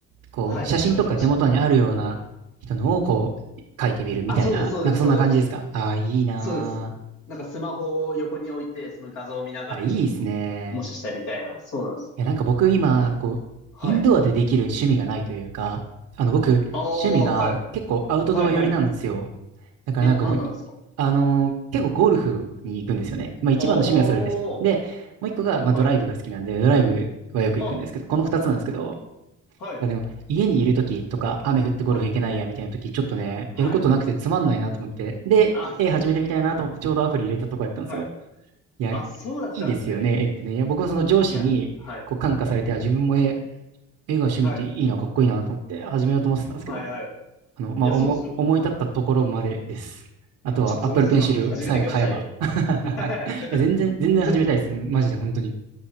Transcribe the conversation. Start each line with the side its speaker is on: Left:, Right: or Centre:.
Right: こう、
Left: はい、
Right: 写真とか手元にあるような人のをこう、
Left: 書いてました。
Right: 描いてみるみたいな、
Left: あ、そうです、そうです、
Right: なんかそんな感じですかああー、
Left: そうです。
Right: いいな
Left: そうです。なんかスマホを横に置いて、その画像を見ながらちょっと、
Right: ー。あ、いいですね。
Left: もしかしたらみたいな。そうなんです。
Right: いや、なんか僕今、こう、
Left: はい。
Right: インドアでできる趣味がないというか、あの僕、
Left: ああ、
Right: 趣味が結構アウトドア寄りなんですよ。
Left: はい。はい、はい。
Right: だからなんかこう、
Left: え、何なんですか
Right: いあのー結構ゴルフに行くんですよね。まあ一番の趣味はそれです。
Left: ああ、は
Right: で、もう一個が、まあドライブが好きなんで、
Left: い。
Right: ドライブはよく行くんですけど、
Left: あ、
Right: この二つなんですけど、
Left: はい。
Right: なんかでも家にいる時とか、雨降ってゴルフ行けないやみたいな時、
Left: はい。
Right: ちょっとね、
Left: はい、
Right: やることなくてつまんないなと思って、
Left: はい。
Right: で、
Left: あ、
Right: えー始めてみたいなと思ってちょうどアプリ入れたとこやったんですよ。
Left: <laughs> はい。
Right: いや、
Left: あ、
Right: い
Left: そうだったんですね。
Right: いですよね、絵ってね。いや、僕はその上司にこう感化されて、
Left: いや、はい。
Right: あ、自分も絵、絵が趣味っていいな、
Left: はい。
Right: かっこいいなと思って始めようと思ってたんですけど、
Left: はい、はい。
Right: あの、まあ、
Left: いや、
Right: 思、
Left: そうですよ。
Right: 思い立ったところまでです。あとは
Left: ちょっと、
Right: Apple
Left: その人さん、
Right: Pencil
Left: 始めてくださいよ。
Right: さえ買えば。<laughs> い
Left: <laughs>
Right: や、全然、全然始めたいです。
Left: そ、
Right: マジで、本当に。